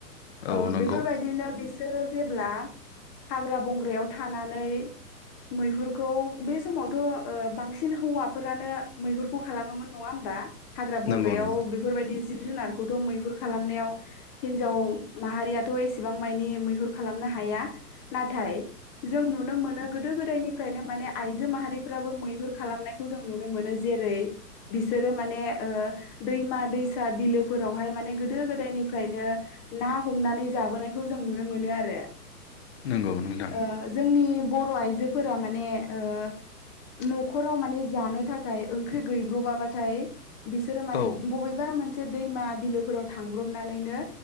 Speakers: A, on the left; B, on the left.
A: औ
B: ओ
A: नंगौ
B: बेफोरबायदिनो बे सोरो जेब्ला हाग्रा बंग्रायाव थानानै मैहुरखौ बे समावथ' ओ बांसिन हौवाफोरानो मैहुरखौ खालामो मोन नङा होमबा हाग्रा बंग्रायाव
A: नंगौ नोंथां
B: बिफोरबायदि जिब जुनारखौथ' मैहुर खालामनायाव हिनजाव माहारियाथ' एसेबां माय नि मैहुर खालामनो हाया नाथाय जों नुनो मोनो गोदो गोदायनिफ्रायनो माने आइजो माहारिफ्राबो मैहुर खालामनायखौ जों नुनो मोनो जेरै बिसोरो माने ओ दैमा दैसा बिलोफोरावहाय माने गोद गोदायनिफ्रायनो ना हम नानै जाबोनायखो जों नुनोमोनो आरो
A: नंगौ नोंथां
B: ओ जोंनि बर' आइजो फोरा माने ओ न'खराव माने जानो थाखाय ओंख्रि गैब्र'बाबाथाय बिसोरो माने
A: औ
B: बबेबा मोन से दैमा बिलोफोराव थांब्रनानैनो